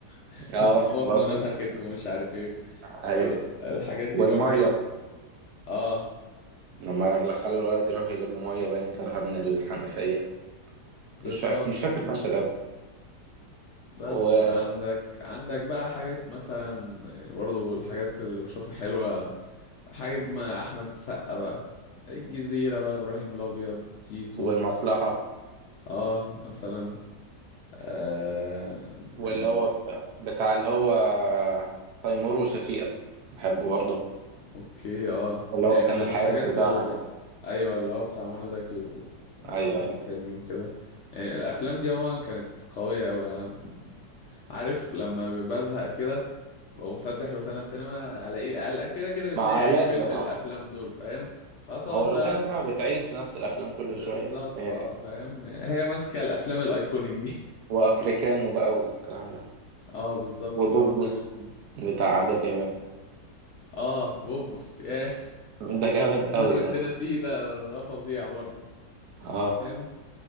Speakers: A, on the left; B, on the right.
A: <laughs>
B: اه
A: ما بطنه
B: برضه
A: نفخت
B: <laughs>
A: ومش عارف ايه
B: ايوه
A: والحاجات دي
B: والميه
A: برضه اه
B: لما اللي خلى الولد يروح يجيب له ميه باين جابها من الحنفيه
A: بالظبط
B: مش فاكر مش فاكر المشهد اوي
A: بس
B: و...
A: عندك عندك بقى حاجات مثلا يعني برضو الحاجات اللي بشوفها حلوة حاجة ما أحمد السقا بقى الجزيرة بقى إبراهيم الأبيض تيتو
B: والمصلحه
A: اه مثلا آه
B: واللي
A: يعني
B: هو بتاع, بتاع اللي هو آه، تيمور وشفيقه بحبه برضه
A: اوكي اه
B: اللي
A: يعني
B: هو كان
A: من
B: الحارس
A: من الحاجات
B: بتاعها
A: ال...
B: ده
A: ايوه اللي هو بتاع منى زكي و... ومع
B: ايوه
A: احمد
B: ايوه
A: حلمي وكده يعني الافلام دي عموما كانت قويه قوي انا ب- عارف لما بزهق كده بقوم فاتح روتانا سينما الاقي قلق كده كده بتلاقي
B: مع لازم
A: اي فيلم من
B: اه
A: الافلام دول فاهم فتقعد
B: هو الروتانا
A: بقى
B: ساعة بتعيد في نفس الأفلام كل
A: بالظبط
B: شوية يعني
A: اه فاهم هي ماسكه الافلام الايكونيك دي <laughs>
B: وأفريكانو بقى والكلام ده
A: اه بالظبط
B: وبوبوس
A: اللي هو فاهم
B: بتاع عادل إمام
A: اه بوبس ياه <laughs>
B: ده جامد قوي
A: انا كنت
B: ده
A: ناسيه ده ده فظيع برضه
B: اه
A: فاهم